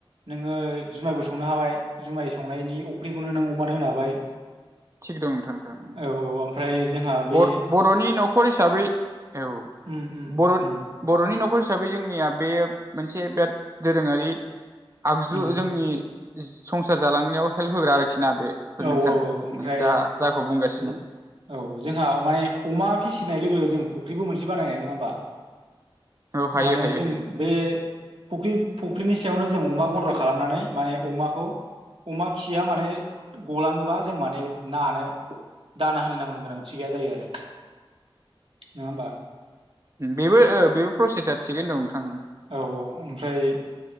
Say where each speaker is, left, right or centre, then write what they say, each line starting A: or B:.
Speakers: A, on the right; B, on the right.
A: नोङो जुमायबो संनो हाबाय जुमाय संनायनि अफ्रिखौनो नों अमानो होनो हाबाय।
B: थिग दं नोंथां नोंथां
A: औ औ ओमफ्राय जोंहा बे
B: ब-बर'नि न'खर हिसाबै औ
A: उम उम
B: बर'नि
A: उम
B: बर'नि न'खर हिसा बै जोंनिया बे मोनसे बिराद दोरोङारि आगजु
A: उम
B: जोंनि संसार जालांनायाव हेल्प होग्रा आरो खिना बेफोर
A: औ
B: नोंथां
A: औ ओमफ्राय
B: दा जाखौ बुंगासिनो।
A: जो औ जोंहा माने अमा फिसिनाय लोगो लोगो जों फुख्रिबो मोनसे बानायनो नङा होमबा।
B: औ हायो
A: माने
B: हायो
A: जों
B: हायो
A: बे फख्रि- फुख्रिनि सायावनो जों जों अमा गन्द्रा खालामनानै माने अमाखौ अमा खिया माने गलाङोबा जों माने नानो दाना होलायनांगौ गोनांथि गैया जायो आरो। नङा होमबा
B: बेबो ओ- बेबो प्रसेसा थिगैनो दं नोंथां
A: औ- औ- ओमफ्राय